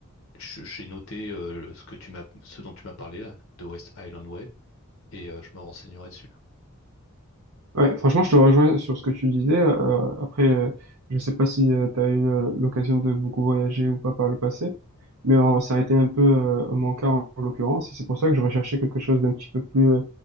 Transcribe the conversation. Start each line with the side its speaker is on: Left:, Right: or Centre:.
Left: Je- J'ai noté euh, ce que tu m'as, ce dont tu m'as parlé là, de West Island Way, et euh, je me renseignerai dessus.
Right: Ouais, franchement, je te rejoins sur ce que tu disais. Euh, après, euh, je sais pas si tu as eu euh, l'occasion de beaucoup voyager ou pas par le passé, mais euh, ça a été un peu euh, mon cas en, en l'occurrence, et c'est pour ça que je recherchais quelque chose d'un petit peu plus euh,